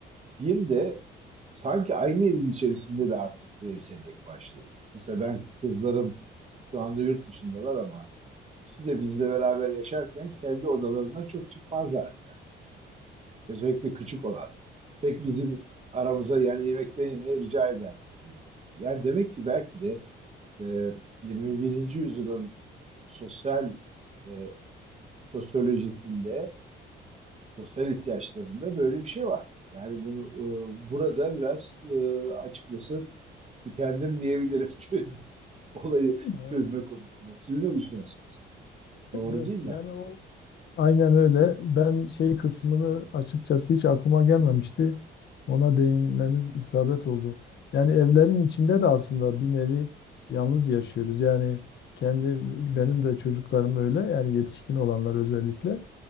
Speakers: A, on the right; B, on the left.
A: Bir de sanki aynı evin içerisinde de artık bireysellik başladı. Mesela ben kızlarım şu anda yurt dışındalar ama ikisi de bizle beraber yaşarken kendi odalarına çok çıkmazlardı yani. Özellikle küçük olan. Pek bizim aramıza yani yemekte yemeye rica ederdik. gelirdi. Yani demek ki belki de e, 21. yüzyılın sosyal e, sosyolojisinde, sosyal ihtiyaçlarında böyle bir şey var. Yani bunu e, burada biraz e, açıkçası tükendim diyebilirim <laughs> çünkü olayı
B: Evet,
A: çözme konusunda. Siz ne düşünüyorsunuz? Doğru
B: evet.
A: değil mi?
B: Yani o Aynen öyle. Ben şey kısmını açıkçası hiç aklıma gelmemişti. Ona değinmeniz isabet oldu. Yani evlerin içinde de aslında bir nevi yalnız yaşıyoruz. Yani kendi benim de çocuklarım öyle. Yani yetişkin olanlar özellikle.